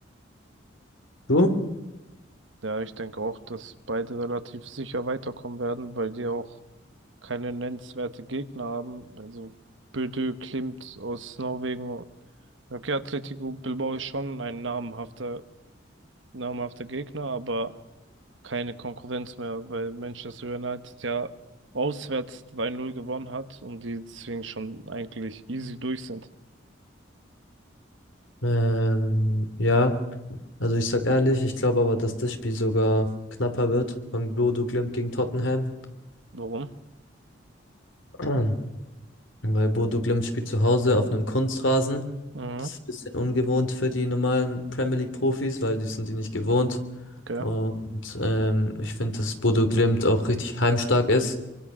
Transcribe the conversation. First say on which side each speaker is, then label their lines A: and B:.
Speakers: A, on the left; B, on the right.
A: Du?
B: Ja, ich denke auch, dass beide relativ sicher weiterkommen werden, weil die auch keine nennenswerte Gegner haben. Also Bodø Glimt aus Norwegen. Okay, Atletico Bilbao ist schon ein namhafter, namhafter Gegner, aber keine Konkurrenz mehr, weil Manchester United ja auswärts 2 null gewonnen hat und die deswegen schon eigentlich easy durch sind.
A: Ähm, ja, also ich sag ehrlich, ich glaube aber, dass das Spiel sogar knapper wird von Bodo Glimt gegen Tottenham.
B: Warum?
A: <clears throat> Weil Bodo Glimt spielt zu Hause auf einem Kunstrasen.
B: Mhm,
A: Das ist ein bisschen ungewohnt für die normalen Premier League Profis, weil die sind die nicht gewohnt.
B: okay.
A: Und ähm, ich finde, dass Bodo Glimt auch richtig heimstark ist.